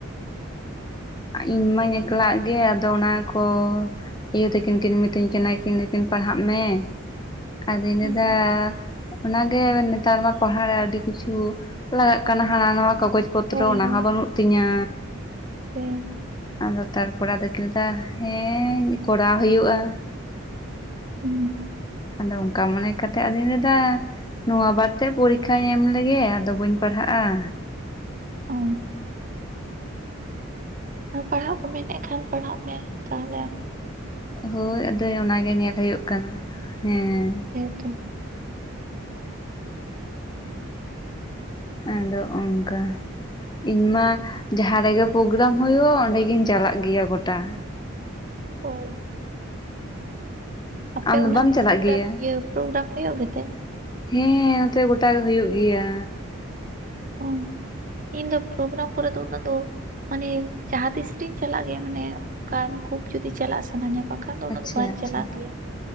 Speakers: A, on the left; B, on the right.
A: ᱤᱧ ᱢᱟᱧ ᱮᱠ ᱞᱟᱜ ᱜᱮᱭᱟ ᱟᱫᱚ ᱚᱱᱟ ᱠᱚ ᱭᱩ ᱛᱟᱹᱠᱤᱱ ᱠᱤᱱ ᱢᱤᱛᱟᱹᱧ ᱠᱟᱱᱟ ᱠᱤᱱ ᱯᱟᱲᱦᱟᱜ ᱢᱮ ᱟᱫᱚᱧ ᱞᱟᱹᱭ
B: ᱦᱩᱸ
A: ᱫᱟ ᱚᱱᱟ ᱜᱮ ᱱᱮᱛᱟᱨ ᱢᱟ ᱯᱟᱲ ᱦᱟᱜ ᱨᱮ ᱟᱹᱰᱤ ᱠᱤᱪᱷᱩ ᱞᱟᱜᱟᱜ ᱠᱟᱱᱟ ᱦᱟᱱᱟ ᱱᱟᱦ-ᱣᱟ ᱠᱟᱜᱚᱡᱽ ᱯᱚᱛᱨᱚ
B: ᱦᱳᱭ
A: ᱚᱱᱟ
B: ᱦᱳᱭ
A: ᱦᱚᱸ ᱵᱟᱹᱱᱩᱜ ᱛᱤᱧᱟ
B: <unintelligible>
A: ᱟᱫᱚ ᱛᱟᱨ ᱯᱚᱨ ᱟᱫᱚᱹᱠᱤᱱ ᱞᱟᱹᱭᱫᱟ ᱦᱮᱸ ᱠᱚᱨᱟᱣ ᱦᱳᱭᱳᱜᱼᱟ᱾
B: ᱦᱩᱸ᱾
A: ᱟᱫᱚ ᱚᱝᱠᱟ ᱢᱚᱱᱮ ᱠᱟᱛᱮᱫ ᱟᱫᱚᱧ ᱞᱟᱹᱭᱫᱟ ᱱᱚᱣᱟ ᱵᱟᱨ ᱛᱮᱫ ᱯᱚᱨᱤᱠᱠᱷᱟᱧ ᱮᱢ ᱞᱮᱜᱮ ᱟᱫᱚ ᱵᱟᱹᱧ ᱯᱟᱲᱦᱟᱜᱼᱟ᱾
B: ᱚ᱾ ᱯᱟᱲᱦᱟᱜ ᱠᱚ ᱢᱮᱱᱮᱫ ᱠᱷᱟᱱ ᱯᱟᱲᱦᱟᱜ ᱢᱮ, ᱛᱟᱦᱚᱞᱮ ᱟᱢ
A: ᱦᱳᱭ ᱟᱫᱚᱭ ᱚᱱᱟ ᱜᱮ ᱧᱮᱞ ᱦᱳᱭᱳᱜ ᱠᱟᱱᱟ ᱦᱮᱸ᱾
B: ᱦᱮ ᱛᱚ᱾
A: ᱟᱫᱚ ᱚᱱᱠᱟ ᱤᱧ ᱢᱟ ᱡᱟᱦᱟᱸ ᱨᱮᱜᱮ ᱯᱨᱳᱜᱨᱟᱢ ᱦᱳᱭᱳᱜᱼᱟ ᱚᱸᱰᱮ ᱜᱤᱧ ᱪᱟᱞᱟᱜ ᱜᱮᱭᱟ ᱜᱚᱴᱟ᱾
B: ᱚ᱾ ᱟᱯᱮ
A: ᱟᱢ ᱫᱚ
B: ᱚᱱᱟ
A: ᱵᱟᱢ
B: ᱯᱟᱥᱮ
A: ᱪᱟᱞᱟᱜ
B: ᱠᱚᱨᱮᱜ
A: ᱜᱮᱭᱟ
B: ᱤᱭᱟᱹ ᱯᱳᱜᱨᱟᱢ ᱦᱳᱭᱳᱜ ᱜᱮᱛᱮ?
A: ᱦᱮᱸ ᱱᱚᱛᱮ ᱜᱚᱴᱟ ᱜᱮ ᱦᱩᱭᱩᱜ ᱜᱮᱭᱟ᱾ <inaudible>
B: ᱚ ᱤᱧ ᱫᱚ ᱯᱚᱨᱳᱜᱨᱟᱢ ᱠᱚ ᱨᱮ ᱫᱚ ᱩᱱᱟᱹᱜ ᱫᱚ ᱢᱟᱱᱮ ᱡᱟᱦᱟᱸ ᱛᱤᱥ ᱨᱤᱧ ᱪᱟᱞᱟᱜ ᱜᱮᱭᱟ ᱢᱟᱱᱮ ᱚᱱᱠᱟᱱ ᱠᱷᱩᱵ ᱡᱩᱫᱤ ᱪᱟᱞᱟᱜ ᱥᱟᱱᱟᱧᱟ ᱵᱟ ᱠᱷᱟᱱ ᱫᱚ
A: ᱟᱪᱪᱷᱟ
B: ᱚᱱᱟ ᱫᱚ ᱵᱟᱹᱧ
A: ᱟᱪᱪᱷᱟ
B: ᱪᱟᱞᱟᱜ ᱜᱮᱭᱟ